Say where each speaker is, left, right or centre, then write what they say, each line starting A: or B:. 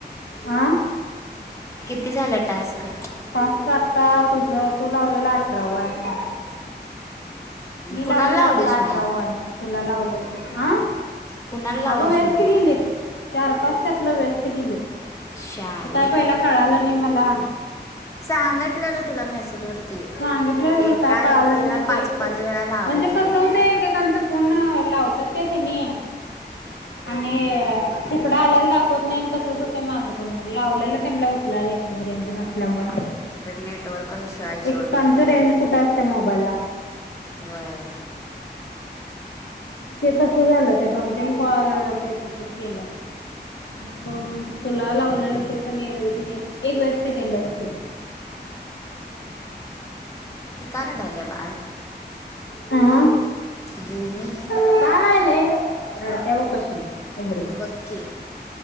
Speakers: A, on the left; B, on the left.
A: आ
B: किती झालं टास्क
A: टास्क आता तुझ तू लावलेला अठरावा आता मी
B: कुणाला
A: लावलेला
B: लावलीस
A: आता आठराव्हा
B: मग
A: आहे तुला लावलेला ह
B: कुणाला लावलीस
A: अगं वेस्ट
B: म्हटलं
A: गेलीत चार पाच त्यातलं वेस्ट गेलेत
B: शाने
A: हे काय पहिला कळालं नाही मला
B: सांगटलेलं तुला मेसेजवरती
A: सांगितलय खरं
B: एका
A: काय कळालंच
B: व्यक्तीला
A: नाही
B: पाच
A: ते
B: पाच
A: म्हणजे
B: वेळा लावायचं
A: कस
B: म्हणून
A: होतय एकेकांच फोन लावत्यात का तेनी आहे आणि तिकडं आल्याला दाखवत नाही आणि तसंच होत माझं पण मग लावल्याला त्यांना उचलायला येत नाही रेंज नसल्यामुळे
B: नेटवर्क इश्यू आहे सोड
A: एक कानच्या
B: भरपूर
A: रेंज
B: आहे
A: कुठं असत्या मोबाईलला
B: होय
A: तेे झालं ते दोन तीन कॉल ते तसच गेलं आणि एक दोन तुला लावलेलो ते पण एक वेस्ट गेलंच ते
B: की का रडाल्या बाळ
A: अ
B: घिरणी
A: काय व्हायलय रडत्या मग कशी कोंबडी
B: बघकी